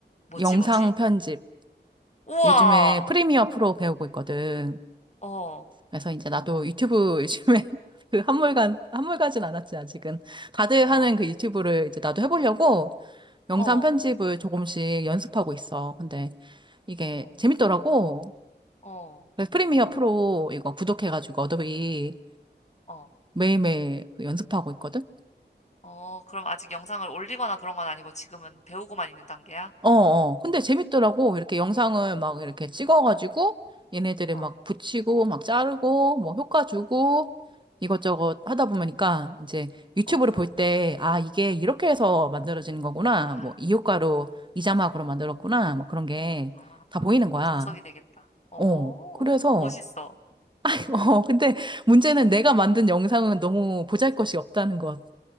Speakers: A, on the left; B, on the right.
A: 뭐지,
B: 영상
A: 뭐지?
B: 편집.
A: 우와!
B: 요즘에 프리미어 프로 배우고 있거든.
A: 어,
B: 그래서 이제 나도 유튜브 요즘에 <laughs> 그 한물간, 한물가진 않았지, 아직은. 다들
A: 어,
B: 하는 그 유튜브를 이제 나도 해보려고 영상
A: 어,
B: 편집을 조금씩 연습하고 있어. 근데 이게
A: 어,
B: 재밌더라고.
A: 어,
B: 그래서 프리미어 프로 이거 구독해가지고 어도비
A: 어,
B: 매일매일 그 연습하고 있거든.
A: 어. 그럼 아직 영상을 올리거나 그런 건 아니고 지금은 배우고만 있는 단계야?
B: 어, 어. 근데 재밌더라고.
A: 어,
B: 이렇게 영상을 막 이렇게 찍어가지고 얘네들이
A: 어.
B: 막 붙이고 막 자르고 뭐 효과 주고 이것저것 하다 보니까 이제 유튜브를
A: 어.
B: 볼 때, 아, 이게 이렇게 해서 만들어지는 거구나.
A: 아.
B: 뭐 이 효과로 이 자막으로 만들었구나. 뭐 그런 게
A: 아,
B: 다 보이는 거야.
A: 분석이 되겠다. 오,
B: 어. 그래서,
A: 멋있어.
B: <laughs> 어, 근데 문제는 내가 만든 영상은 너무 보잘것이 없다는 것.